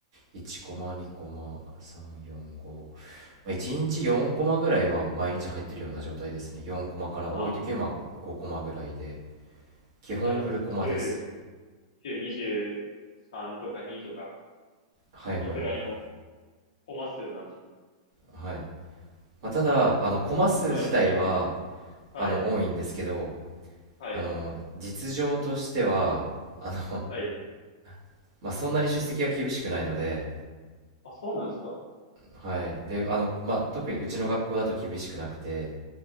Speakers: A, on the right; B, on the left.
A: 1コマ、2コマ、3、4、5。まあ、1日4コマぐらいは毎日入ってるような状態ですね。4コマから多い時は、
B: あ、
A: まあ、5、コマぐらいで。基本フルコマです。
B: じゃあ、週、週23とか2とか、
A: はいはい
B: そのくらいのコマ数なんですね。
A: はい。まあ、ただ、あの、コマ数自体は、
B: はい、はい、はい、はい、
A: あの多いんですけど
B: はい、
A: あの実情としてはあの、
B: はい。
A: <laughs> まあ、そんなに出席が厳しくないので、
B: あ、そうなんですか
A: はい、であの、まあ、特にうちの学校だと厳しくなくて